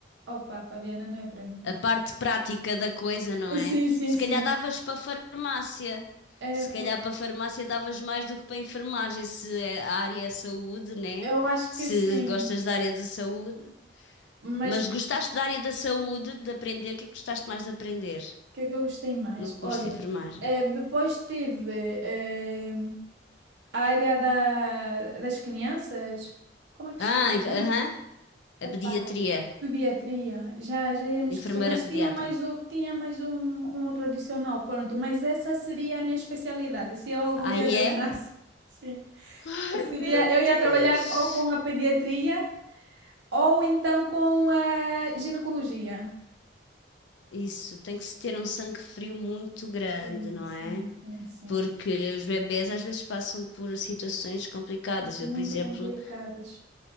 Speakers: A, on the right; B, on the left.
A: opa, Fabiana, não é para mim.
B: A parte prática da coisa, não é?
A: Sim, sim,
B: Se
A: sim.
B: calhar davas para farmácia.
A: É,
B: Se calhar
A: pois.
B: para farmácia davas mais do que para enfermagem, se é- a área é saúde, né?
A: Eu acho
B: Se
A: que sim.
B: gostas da área da saúde.
A: Mas
B: Mas
A: o
B: gostaste da área da saúde, de aprender, o que é que gostaste mais de aprender
A: que é que eu gostei mais?
B: no
A: Olha,
B: curso de enfermagem?
A: eh, depois tive eh, a área da, das crianças. Como é que se
B: Ah,
A: chama
B: enf-
A: mesmo?
B: aham,
A: Opa,
B: a pediatria.
A: Pediatria, já, já ia me esquecer,
B: Enfermeira
A: mas tinha
B: pediatra.
A: mais, o, tinha mais um, um outro adicional, pronto, mas essa seria a minha especialidade, se eu algum
B: Aí
A: dia terminasse,
B: é
A: <laughs> Sim.
B: Ai,
A: seria,
B: meu
A: eu ia
B: Deus.
A: trabalhar ou com a pediatria ou então com a ginecologia.
B: isso, tem que se ter um sangue frio muito grande,
A: Sim,
B: não
A: sim,
B: é?
A: sim, sim,
B: Porque os bebés às vezes passam por situações complicadas.
A: muito
B: Eu, por exemplo,
A: complicadas.